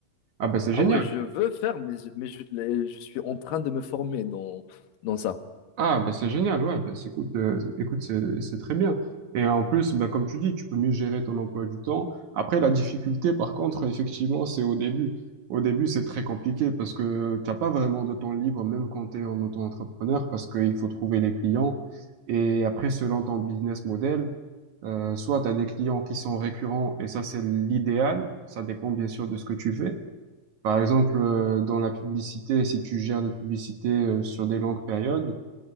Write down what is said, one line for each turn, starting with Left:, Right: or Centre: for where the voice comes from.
Right: Ah, ben c'est
Left: Ah
Right: génial.
Left: ouais, je veux faire, mais, je- mais je, les- je suis en train de me former dans, dans ça.
Right: Ah, bah c'est génial, ouais, bah, c'est- écoute, euh, écoute, c'est c'est très bien. Et euh, en plus, bah, comme tu dis, tu peux mieux gérer ton emploi du temps. Après, la difficulté, par contre, effectivement, c'est au début. Au début, c'est très compliqué parce que t'as pas vraiment de temps libre, même quand tu es en auto-entrepreneur, parce qu'il faut trouver les clients. Et après, selon ton business model, euh, soit tu as des clients qui sont récurrents, et ça, c'est l'idéal. Ça dépend bien sûr de ce que tu fais. Par exemple, euh, dans la publicité, si tu gères des publicités euh, sur des longues périodes,